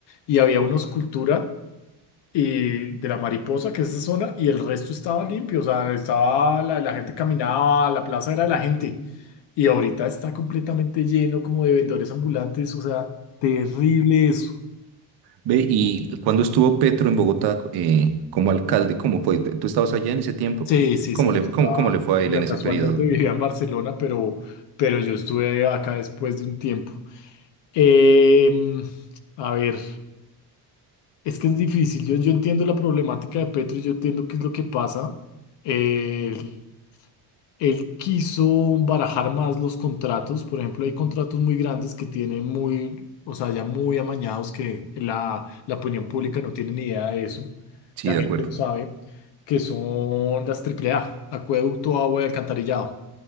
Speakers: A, on the left; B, on the right.
A: y había una escultura y de la Mariposa, que es esa zona, y el resto estaba limpio, o sea, estaba la, la gente caminaba, la plaza era de la gente, y ahorita está completamente lleno como de vendedores ambulantes, o sea, terrible eso.
B: Ve, y cuando estuvo Petro en Bogotá eh, como alcalde, ¿cómo fue? ¿Tú estabas allá en ese tiempo?
A: Sí, sí,
B: ¿Cómo
A: sí,
B: le,
A: yo estaba,
B: cómo, cómo le fue a él
A: bueno,
B: en ese
A: casualmente
B: periodo?
A: vivía en Barcelona, pero, pero yo estuve acá después de un tiempo. Em, a ver, es que es difícil. Yo, yo entiendo la problemática de Petro, yo entiendo qué es lo que pasa. Eh, Él quiso barajar más los contratos. Por ejemplo, hay contratos muy grandes que tienen muy, o sea, ya muy amañados que la, la opinión pública no tiene ni idea de eso.
B: Sí,
A: La
B: de
A: gente
B: acuerdo.
A: no sabe que son las AAA, acueducto, agua y alcantarillado.